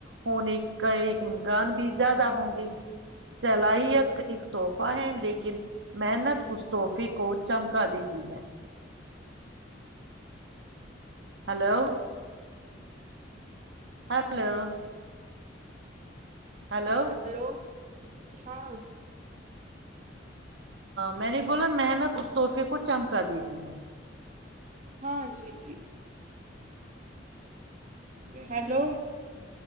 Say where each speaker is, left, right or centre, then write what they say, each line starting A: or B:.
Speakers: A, on the right (about 70°); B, on the right (about 45°).
A: ہونے کا امکان بھی زیادہ ہوں گے صلاحیت کا ایک تحفہ ہے لیکن محنت اس تحفے کو چمکا دیتی ہے ہلو ہلو ہلو
B: ہیلو ہاں
A: میں نے بولا محنت اس تحفے کو چمکا دیتی ہے
B: ہاں جی جی ہیلو